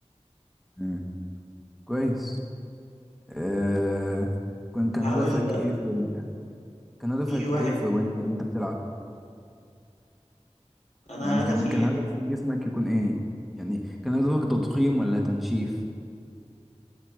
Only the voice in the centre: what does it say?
مم. كويس آه، كان كان
هدفك ايه في ال... كان هدفك
ايه في وانت وانت بتلعب
يعني
كان كان هدف
في جسمك يكون ايه يعني كان هدفك تضخيم ولا تنشيف